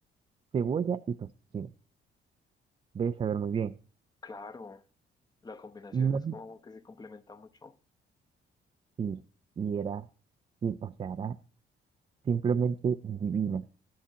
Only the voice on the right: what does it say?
cebolla y tocino. Debe saber muy bien.
No,
sí, y era, sí, o sea, era simplemente divina.